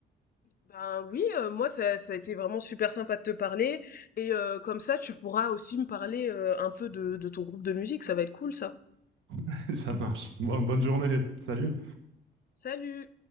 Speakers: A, on the left; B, on the right.
A: Ben oui, euh, moi ça, ça a été vraiment super sympa de te parler et euh, comme ça tu pourras aussi me parler euh, un peu de, de ton groupe de musique, ça va être cool ça.
B: <laughs> Ça marche. Bon, bonne journée. Salut.
A: Salut!